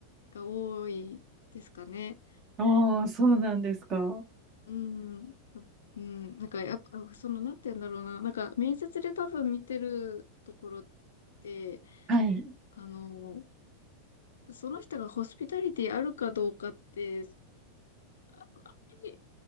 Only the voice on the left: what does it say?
が多いですかね。
うん。うん。なんか、やっぱ、その、なんて言うんだろうな。なんか、面接で多分見てるところって、
あの、その人がホスピタリティあるかどうかって、あ、あんまり